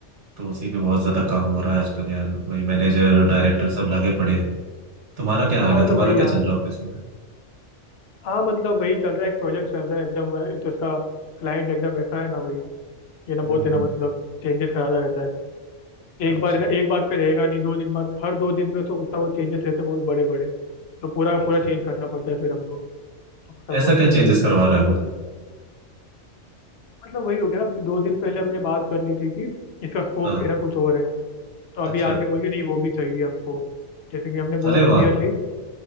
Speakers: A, on the right (about 75°); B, on the left (about 65°).
A: तो उसी पे बहुत ज्यादा काम हो रहा है आजकल यार वही मैनेजर डायरेक्टर सब लगे पड़े हैं। तुम्हारा क्या हाल
B: हैं। हाँ
A: है
B: मतलब
A: तुम्हारा
B: वही
A: क्या
B: यार
A: चल रहा है ऑफिस में
B: हाँ मतलब वही चल रहा है एक प्रोजेक्ट चल रहा है एकदम एक तो इसका क्लाइंट एकदम ऐसा है ना वही ये ना
A: हम्म
B: बहुत है
A: हम्म,
B: ना मतलब चेंजेस कराता रहता है
A: अच्छा
B: एक बार है ना एक बात पे रहेगा नहीं दो दिन बाद हर दो दिन में उसको कुछ ना कुछ चेंजेस रहते हैं वो भी बड़े बड़े तो पूरा पूरा
A: अच्छा
B: चेंज करना पड़ता है फिर हमको तो सब
A: ऐसा
B: बहुत
A: क्या चेंजेस
B: बुरा रहता
A: करवा
B: है
A: रहा है वो
B: मतलब वही हो गया ना दो दिन पहले हमने बात कर ली थी कि इसका स्कोप
A: हाँ
B: ना कुछ और है तो
A: अच्छा
B: अभी आगे बोल के नहीं वो भी चाहिए हमको जैसे कि हमने बोला
A: अरे
B: था क्लियरली
A: वाह